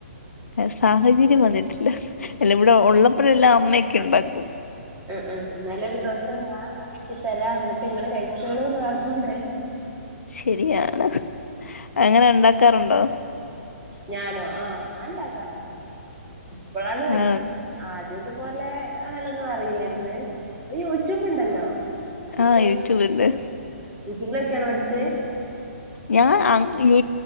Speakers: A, on the left (about 75°); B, on the right (about 20°).
A: ഏഹ് സാഹചര്യം വന്നിട്ടില്ല അല്ല ഇവടെ ഉള്ളപ്പഴ എല്ലാം അമ്മയൊക്കെ ഇണ്ടാക്കും.
B: ഉം ഉം ഇന്നലെരു ദിവസം ഞാൻ ഇണ്ടാക്കി തരാം ന്നട്ട് ഇങ്ങള് കഴിച്ചോളൂന്ന് പറഞ്ഞുടേ?
A: ശരിയാണ് അങ്ങനെ ഉണ്ടാക്കാറുണ്ടോ?
B: ഞാനോ ആഹ് ഞാൻ ഇണ്ടാക്കാ ഇപ്പളാണ് പടി
A: ആ
B: ആദ്യതുപോലെ അങ്ങനൊന്നും അറിയില്ലേര്ന്ന് ഇപ്പൊ യൂട്യൂബ്ണ്ടല്ലോ? യൂട്യൂബില്
A: ആ യൂട്യൂബില്
B: യൂട്യൂബ് ലോകിയാണോ പഠിച്ചേ?
A: ഞാൻ അങ്ങ